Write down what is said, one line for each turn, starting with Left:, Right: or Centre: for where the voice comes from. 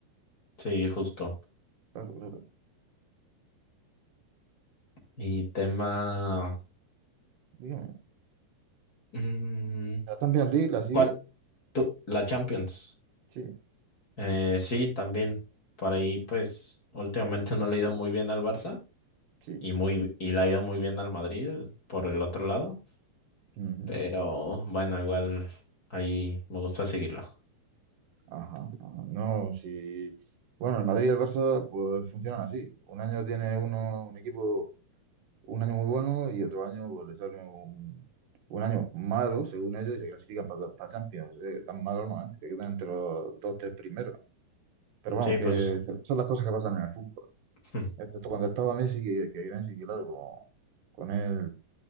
Left: Sí, justo.
Right: Claro, claro.
Left: Y tema...
Right: Dígame,
Left: mm,
Right: ¿la Champions League la sigue?
Left: ¿cuál? Tú, la Champions.
Right: Sí,
Left: Eh, sí, también. Por ahí, pues, últimamente no le ha ido muy bien al Barça
Right: sí.
Left: y, muy, y le ha ido muy bien al Madrid por el otro lado.
Right: Ujú.
Left: Pero bueno, igual ahí me gusta seguirlo.
Right: Ajá, ajá. No, si... Bueno, el Madrid y el Barça pues funcionan así. Un año tiene uno, un equipo, un año muy bueno y otro año pues le sale un, un año malo, según ellos, y se clasifican para Champions. Eh, tan malo no, ¿eh? Se quedan entre los dos, tres primeros. Pero vamos,
Left: Sí,
Right: que
Left: pues,
Right: son las cosas que pasan en el fútbol.
Left: <laughs>
Right: Excepto cuando estaba Messi, que, que Messi, claro, como con él